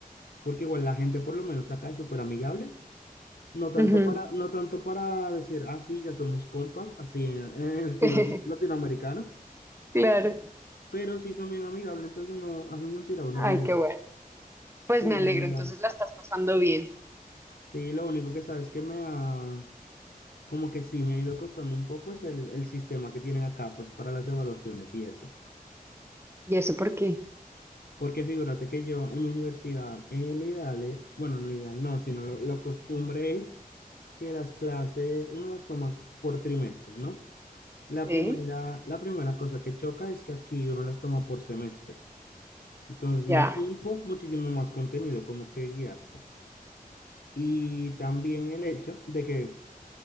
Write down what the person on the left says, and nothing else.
Porque igual la gente por lo menos acá es súper amigable. No tanto
para, no tanto para decir, ah, sí, ya somos compas, así en, en el estilo
lati- latinoamericano,
pero sí son bien amigables, entonces no hacen sentir a uno
bien.
Sí, en
general.
Sí, lo único que sabes que me ha, como que sí me ha ido costando un poco es el, el sistema que tienen acá, pues para las evaluaciones y eso.
Porque figúrate que yo en mi universidad, eh, lo ideal es, bueno, no lo ideal no, sino lo, lo costumbre es que las clases uno las toma por trimestres, ¿no? La
primera, la primera cosa que choca es que aquí uno las toma por semestres. Entonces,
más tiempo, muchísimo más contenido, como que guiarse. Y también el hecho de que